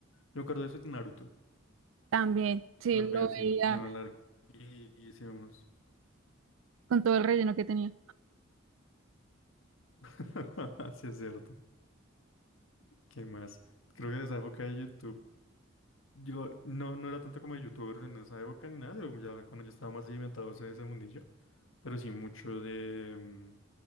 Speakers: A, on the left; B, on the right.
A: me acuerdo de eso y de Naruto,
B: También, sí,
A: que las
B: lo
A: veía así,
B: veía
A: que son larguísimos.
B: con todo el relleno que tenía.
A: <laughs> Sí, es cierto. ¿Qué más? Creo que de esa época de YouTube. Yo no, no era tanto como de youtubers en esa época ni nada, pero ya cuando yo estaba más sedimentado en ese mundillo, pero sí mucho de, mm,